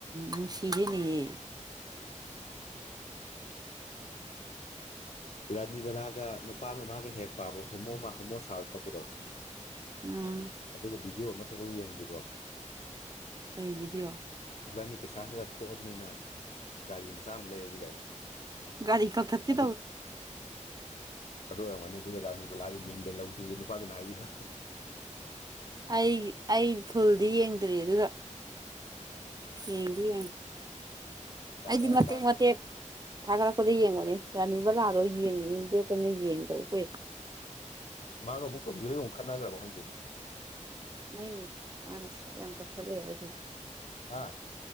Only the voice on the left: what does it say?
ꯔꯥꯖꯅꯤꯕꯂꯥ ꯀ ꯅꯨꯄꯥ ꯃꯃꯥꯒ ꯍꯦ ꯄꯣ ꯍꯣꯃꯣꯁ ꯄꯄꯗꯣ
ꯑꯗꯨꯒ ꯚꯗꯤꯑꯣ ꯑꯃ ꯊꯨꯕꯛ ꯌꯦꯡꯗ꯭ꯔꯤꯕ
ꯏꯕꯥꯟꯅꯤ ꯄꯩꯁꯥ ꯈꯔ ꯊꯣꯛꯑꯕꯅꯤꯅ ꯒꯥꯔꯤ ꯃꯆꯥ ꯑꯃ ꯂꯩꯔꯁꯤꯒꯥꯏ
ꯑꯗꯨ ꯑꯣꯏꯔꯝꯒꯅꯤ ꯑꯗꯨꯒ ꯔꯥꯅꯤꯕꯂꯥꯒꯤ ꯃꯤꯡꯗ ꯂꯧꯁꯤꯔꯤ ꯅꯨ ꯑꯗꯨꯅ ꯍꯥꯏꯗꯤ ꯐ
ꯑꯗꯨ ꯀꯥꯏꯅꯔꯀꯥꯟ
ꯑꯉ ꯑꯃꯕꯨ ꯊꯣ ꯕꯤꯍꯣꯏ ꯑꯣꯡꯈꯅꯥ꯭ꯔꯕ ꯈꯪꯗ
ꯍꯥꯥ